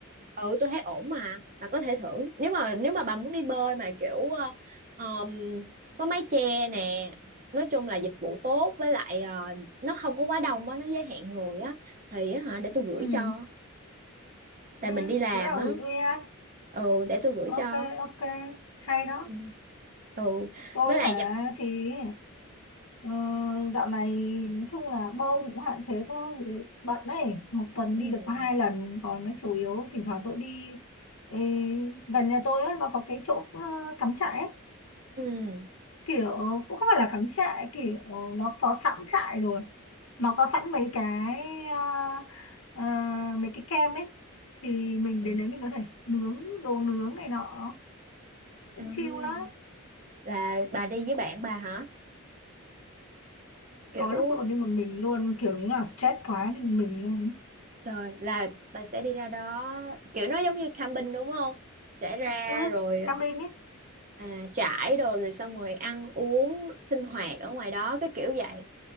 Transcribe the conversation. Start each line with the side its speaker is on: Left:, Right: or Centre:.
Right: ừ tôi thấy ổn mà bà có thể thử nếu mà nếu mà bà muốn đi bơi mà kiểu ờ, ờm, có mái che nè nói chung là dịch vụ tốt với lại ờ, nó không có quá đông á nó giới hạn người á thì á hả để tôi gửi
Left: Ừ,
Right: cho tại
Left: ừ,
Right: mình đi làm
Left: bữa nào
Right: á
Left: gửi tôi nha.
Right: ừ để tôi gửi
Left: Ok,
Right: cho
Left: ok, hay đó.
Right: ừ ừ
Left: Tôi
Right: với lại
Left: hả
Right: giờ
Left: thì ờ, dạo này nói chung là bơi thì cũng hạn chế thôi bận đấy một tuần
Right: ừ
Left: đi được có hai lần còn nó chủ yếu thỉnh thoảng tôi đi ê, gần nhà tôi á, nó có cái chỗ ờ, cắm trại ấy
Right: ừ
Left: kiểu cũng không phải là cắm trại kiểu nó có sẵn trại rồi nó có sẵn mấy cái ờ, ờ, mấy cái kem ấy thì mình
Right: ừ.
Left: đến đấy mình có thể nướng đồ nướng này nọ cũng
Right: À,
Left: chill lắm
Right: là bà đi với bạn bà hả kiểu
Left: có lúc tôi còn đi một mình luôn kiểu như là stress quá đi một mình luôn
Right: Trời, là bà sẽ đi ra đó kiểu nó giống như camping đúng không? Sẽ ra
Left: ừ,
Right: rồi
Left: camping ấy
Right: à, trải đồ rồi xong rồi ăn uống sinh hoạt ở ngoài đó cái kiểu vậy